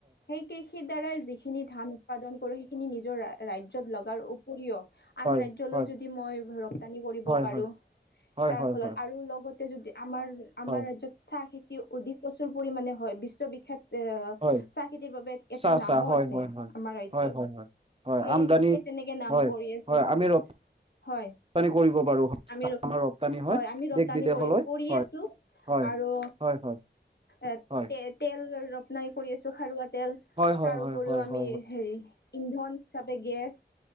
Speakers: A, on the left; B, on the right.
A: সেই কৃষিৰ দ্বাৰা যিখিনি ধান উৎপাদন কৰো, সেইখিনি নিজৰ ৰাজ্যত লগাৰ উপৰিও আন
B: হয়
A: ৰাজ্যলৈ
B: হয়
A: যদি মই ৰপ্তানি কৰিব
B: হয় হয়
A: পাৰো,
B: হয়
A: তাৰ
B: হয় হয়
A: ফলত
B: হয়
A: আৰু লগত যদি, আমাৰ-আমাৰ
B: হয়
A: ৰাজ্যত চাহখেতি অধিক প্ৰচুৰ পৰিমাণে হয়। বিশ্ববিখ্যাত এ
B: হয়
A: চাহখেতিৰ বাবে এটা
B: চাহ
A: নামো
B: চাহ হয়
A: আছে।
B: হয় হয়
A: আমাৰ ৰাজ্যত
B: হয় হয় হয় হয়
A: সেই
B: আমদানি
A: সেই তেনেকে নাম
B: হয়।
A: কৰি আছে
B: হয় আমি ৰ ৰপ্তানি
A: হয়
B: কৰিব পাৰো।
A: আমি
B: আমাৰ ৰপ্তানি হয়,
A: আমি ৰপ্তানি
B: দেশ-বিদেশলৈ
A: কৰি কৰি
B: হয়।
A: আছো
B: হয়,
A: আৰু
B: হয় হয়।
A: এ
B: হয়
A: তে-তেল ৰপ্তানি কৰি আছো। খাৰুৱা তেল,
B: হয় হয়
A: তাৰ
B: হয়
A: উপৰিও
B: হয়
A: আমি
B: হয়
A: হেৰি ইন্ধন হিচাপে গেছ